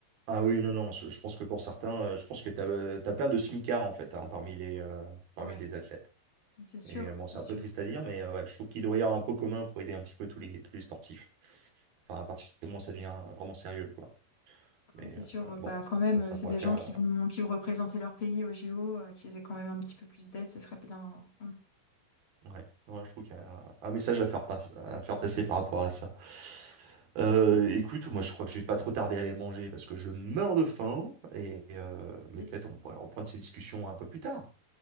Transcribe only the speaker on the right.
Ah oui, non, non, je, je pense que pour certains, euh, je pense que t'as, as plein de smicards, en fait, hein, parmi les, euh, parmi
les athlètes.
Et euh, bon,
c'est un
peu triste à dire, mais euh, ouais, je trouve qu'il doit y avoir un pot commun pour aider un petit peu tous les, tous les sportifs. Enfin, à partir du moment où ça devient vraiment sérieux, quoi. Mais
euh,
bon,
ça,
ça
pourrait
faire.
euh, ouais, Ouais, je trouve qu'il y a un, un message à faire, passe- à faire passer par rapport à ça. Euh, écoute, moi, je crois que je vais pas trop tarder à aller manger parce que je meurs de faim. Et, euh, mais
peut-être on pourrait reprendre ces discussions un peu plus tard.